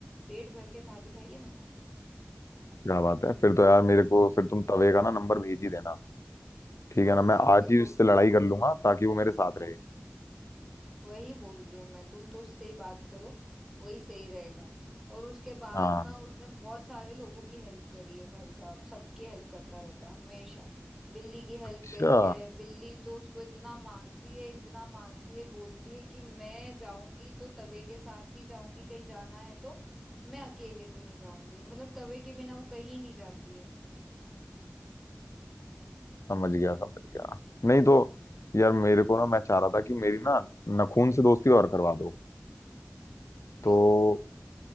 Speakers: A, in the centre; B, on the left.
A: पेट भर के थाली खाई है मैंने
B: क्या बात है फिर तो यार मेरे को फिर तुम तवे का ना नंबर भेज ही देना ठीक
A: हाँ
B: है ना मैं
A: ठीक
B: आज
A: है वो
B: ही उससे लड़ाई कर लूंगा ताकि वो मेरे साथ रहे
A: वही बोल रही हूँ मैं तुम तो उससे ही बात करो वही सही रहेगा और उसके बाद
B: हाँ
A: ना उसने बहुत सारे लोगों की हेल्प करी है भाई साहब सबकी हेल्प करता रहता है हमेशा बिल्ली की हेल्प
B: अच्छा
A: करी है बिल्ली तो उसको इतना मानती है इतना मानती है बोलती है कि मैं जाऊंगी तो तवे के साथ ही जाऊंगी कहीं जाना है तो मैं अकेले तो नहीं जाऊंगी मतलब तवे के बिना वो कहीं नहीं जाती है
B: समझ गया समझ गया नहीं तो यार मेरे को ना मैं चाह रहा था कि मेरी ना नखून से दोस्ती और करवा दो
A: क्यों
B: तो